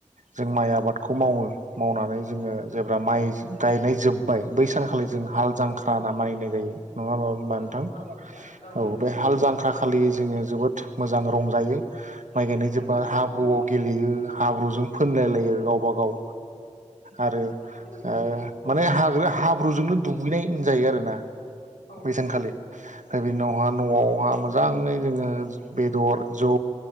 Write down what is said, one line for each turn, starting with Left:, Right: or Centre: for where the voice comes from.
Right: जों माइ आबादखौ मावो मावनानै जोङो जेब्ला माइ गायनाय जोब बाय बै सानखालि जों हाल जांख्रा होनना मानिनाय जायो नङा होमबा होमबा
Left: औ
Right: नोंथां
Left: औ नोंथां
Right: औ
Left: नोंथां
Right: बे हाल जांख्रा फालियो जोङो जोबोद मोजां रंजायो माइ गायनाय जोबबा
Left: औ नोंथां
Right: हाब्रुआव गेलेयो हाब्रुजों फोनलायलायो गावबा गाव आरो
Left: औ नोंथां
Right: ओ माने हाग्रा हाब्रुजोंनो दुगैनाय जायो आरो ना
Left: औ
Right: बेै
Left: नोंथां
Right: सानखालि बिनि उनावहा न'आवहा मोजाङै जोङो बेदर जौ